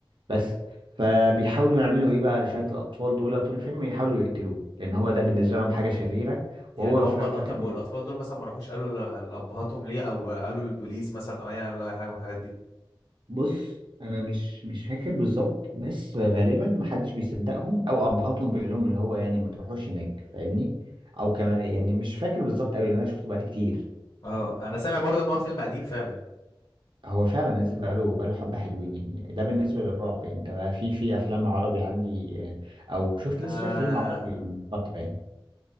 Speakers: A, on the right (about 60°); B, on the left (about 65°).
A: بس فبيحاولوا يعملوا ايه بقى لشويه الاطفال دول طول الفيلم يحاولوا يقتلوه لان هو ده بالنسبه لهم حاجه شريره
B: يعني
A: وهو
B: هم
A: في الاول وفي
B: الأ- طب
A: الاخر
B: والاطفال دول مثلا ما راحوش قالوا ل- لابهاتهم ليه او قالوا للبوليس مثلا او يعني أي حاجه من الحاجات دي
A: بص انا مش مش فاكر بالظبط بس غالبا محدش بيصدقهم او ابهاتهم بيقول لهم اللي هو يعني ما تروحوش هناك فاهمني او كمان يعني مش فاكر بالظبط قوي لان انا شفته بقالي كتير
B: اه انا سامع برضه ان هو فيلم قديم فعلا
A: هو فعلا نازل بقاله بقاله حبه حلوين يعني ده بالنسبه للرعب يعني انت بقى في في افلام عربي عندي آه، او شفت
B: آه
A: لسه شايف فيلم عربي من فتره يعني